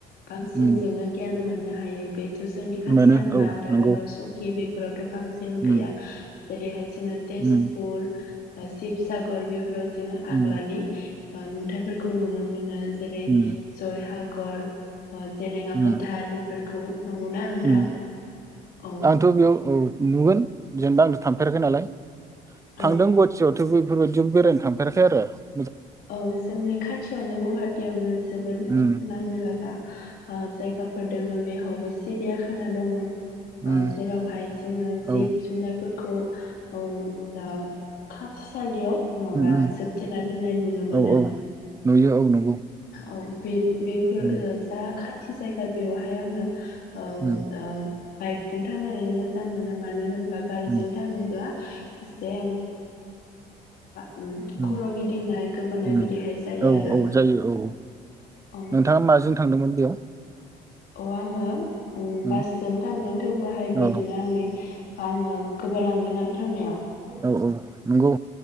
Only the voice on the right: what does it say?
उम
मोनो
औ
नंगौ
उम
उम
उम
उम
उम
उम
आंथ' बेयाव औ नुगोन जेनेबा आंथ' थांफेराखै नालाय। थांदों
गुहाटियावथ' बैफोरबायदियाव बेरायनो थां <unintelligible>
उम
उम
औ
उम
उम उम
औ औ नुयो औ नंगौ
उम
उम
उम
उम
उम
औ
औ जायो औ
नोंथाङा माजों थांदोंमोन? <unintelligible>
उम
औ
औ औ नंगौ